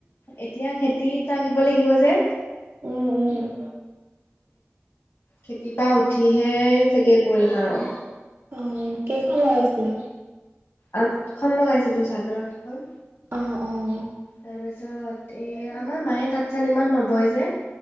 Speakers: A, on the left; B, on the right.
A: এতিয়া খেতিত লাগিব লাগিব যে।
B: উম - উম।
A: খেতিৰপা উঠিহে চাগে কৰিম আৰু।
B: অ, কেইখন লগাইছিলা।
A: আঠখন লগাইছিলো চাদৰ আঠখন।
B: অ', অ',
A: তাৰপিছত এ আমাৰ মায়ে তাত চাত ইমান নবয় যে।